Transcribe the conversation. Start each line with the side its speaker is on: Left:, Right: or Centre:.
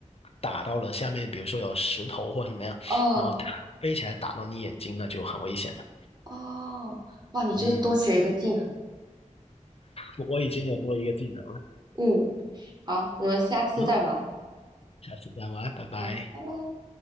Left: 打到了下面，比如说有石头或什么样，
Right: 哦
Left: 然后它飞起来打到你眼睛，那就很危险了。
Right: 哦，哇，你就多学一个技能。
Left: 嗯，我我已经有多一个技能了，
Right: 嗯。好，我们下次再玩。
Left: 好，下次再玩，拜拜。
Right: 好，拜拜。